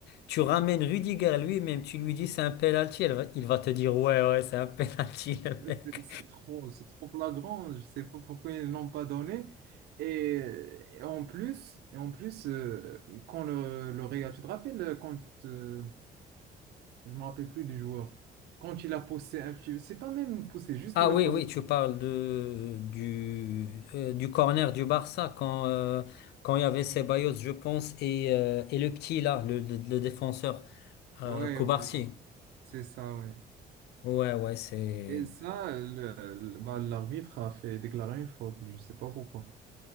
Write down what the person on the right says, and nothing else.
Euh,
C'est c'est trop, c'est trop flagrant. Je sais pas pourquoi ils l'ont pas donné. Et, et en plus, et en plus, euh, quand le, le Real, tu te rappelles euh, quand euh, Je me rappelle plus du joueur. Quand il a poussé un petit... C'est pas même poussé, juste
il
a posé...
Ouais,
ouais, c'est ça, ouais.
Et ça, le, le- bah, l'arbitre a fait déclarer une faute, je sais pas pourquoi.